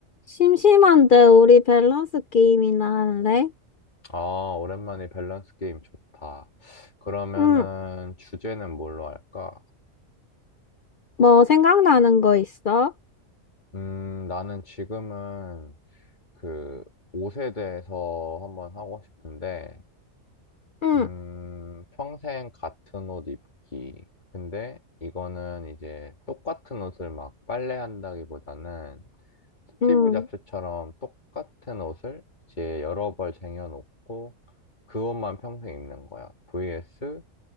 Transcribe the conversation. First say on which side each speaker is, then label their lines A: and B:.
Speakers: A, on the left; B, on the left.
A: 심심한데 우리 밸런스 게임이나 할래?
B: 아, 오랜만에 밸런스 게임 좋다. 그러면은
A: 응.
B: 주제는 뭘로 할까?
A: 뭐 생각나는 거 있어?
B: 음, 나는 지금은 그 옷에 대해서 한번 하고 싶은데,
A: 응.
B: 음, 평생 같은 옷 입기. 근데 이거는 이제 똑같은 옷을 막 빨래한다기보다는 스티브
A: 응.
B: 잡스처럼 똑같은 옷을 이제 여러 벌 쟁여놓고 그 옷만 평생 입는 거야. vs